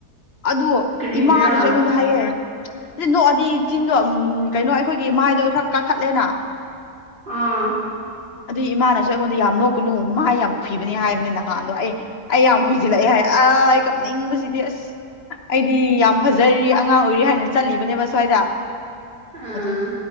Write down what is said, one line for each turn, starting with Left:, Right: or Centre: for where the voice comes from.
Left: ꯑꯗꯣ
Right: ꯀꯔꯤꯒꯤꯔꯥ
Left: ꯏꯃꯥꯅꯁꯨ ꯑꯩꯉꯣꯟꯗ ꯍꯥꯏꯌꯦ ꯑꯗꯨ ꯅꯣꯛꯑꯗꯤ ꯆꯤꯟꯗꯣ ꯎ ꯀꯩꯅꯣ ꯑꯩꯈꯣꯏꯒꯤ ꯃꯥꯏꯗꯣ ꯈꯔ ꯀꯥꯈꯠꯂꯦꯅ
Right: ꯑꯥ
Left: ꯑꯗꯨꯏ ꯏꯃꯥꯅꯁꯨ ꯑꯩꯉꯣꯟꯗ ꯌꯥꯝ ꯅꯣꯛꯀꯅꯨ ꯃꯥꯏ ꯌꯥꯝ ꯈꯨꯏꯕꯅꯤ ꯍꯥꯏꯕꯅꯦ ꯅꯍꯥꯟꯗꯣ ꯑꯩ ꯑꯩ ꯌꯥꯝ ꯈꯨꯏꯁꯤꯜꯂꯛꯑꯦ ꯍꯥꯏ ꯑꯩ ꯅꯤꯡꯕꯁꯤꯗꯤ ꯑꯁ ꯑꯩꯗꯤ ꯌꯥꯝ ꯐꯖꯔꯤ ꯑꯉꯥꯡ ꯑꯣꯏꯔꯤ ꯍꯥꯏꯅ ꯆꯠꯂꯤꯕꯅꯦꯕ ꯁ꯭ꯋꯥꯏꯗ
Right: ꯑꯥ
Left: ꯑꯗꯨ